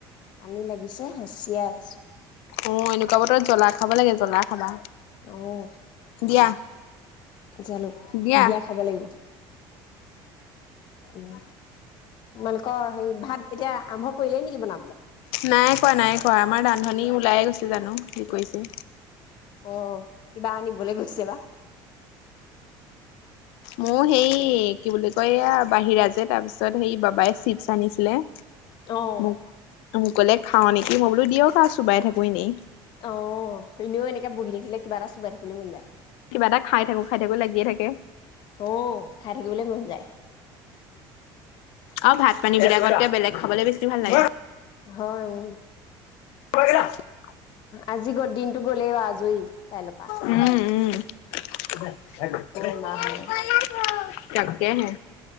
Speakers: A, on the left; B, on the left.
A: আনি লাগিছে হাঁচিয়াই আহিছো
B: অ এনেকুৱা বতৰত জ্বলা খাব লাগে, জ্বলা খাবা।
A: অহ
B: দিয়া
A: জালুক
B: দিয়া।
A: বিয়া খাব লাগিব, উ তোমালোক হয় হেৰি ভাত এতিয়া আৰম্ভ কৰিলেই নেকি বনাবলে?
B: নাই কোৱা নাই খ আমাৰ ৰাান্ধনী ওলাই গৈছে জানো কি কৰিছে
A: অহ কিবা আনিবলৈ গৈছে বা
B: মোৰ সেই, কি বুলি কইয়া বাহিৰা যে তাৰ পিছত সেই বাবাই চিপছ আনিছিলে
A: অঁ
B: মোক মোক কলে খাওঁ নেকি? মই বোলো দিয়ক আ চোবাই থাকো এনেই
A: অঁ এনেও এনেকে বহি থাকিলে কিবা এটা চোবাই থাকিবলৈ মন যায়।
B: কিবা এটা খাই থাকো খাই থাকো লাগিয়ে থাকে
A: অঁ খাই থাকিবলৈ মন যায়।
B: অঁ ভাত পানীবিলাকতকে খাবলে বেছি ভাল লাগে
A: হয় উম।
B: <unintelligible>
A: আজি গত দিনটো গ'লেই আজয়ি কাইলৰ পা
B: উম উম <unintelligible>
A: এমাহ হ'লে,
B: তাকেহে